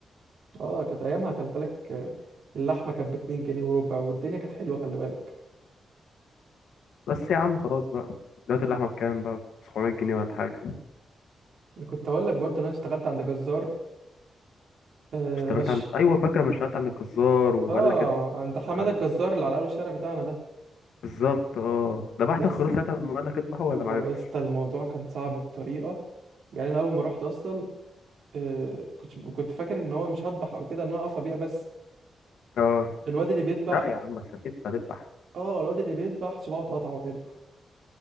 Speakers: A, on the right (about 65°); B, on the left (about 85°).
A: اه كانت أيامها خلي بالك آه، اللحمة كانت باتنين جنيه وربع والدنيا كانت حلوة خلي بالك
B: بس يا عم خلاص بقى دلوقتي اللحمة بكام بقى 700 جنيه ولا حاجة
A: أنا كنت هقول لك برضو إن أنا اشتغلت عند جزار آه
B: اشتغلت
A: بس
B: عند أيوة فاكرة ما اشتغلت عند الجزار وقال
A: اه
B: لك اد-
A: عند حمادة الجزار اللي على أول الشارع بتاعنا ده
B: بالظبط اه ذبحت
A: بس
B: الخروف ساعتها لما قال لك اذبحه ولا
A: اه
B: معرفتش؟
A: يا اسطى الموضوع كان صعب بطريقة يعني أنا أول ما رحت أصلا آه كنت كنت فاكر إن هو مش هذبح أو كده إن أنا أقف أبيع بس
B: اه
A: الواد اللي بيذبح
B: لا يا عم بس اكيد هتذبح
A: اه الواد اللي بيذبح صباعه اتقطع وهو بيذبح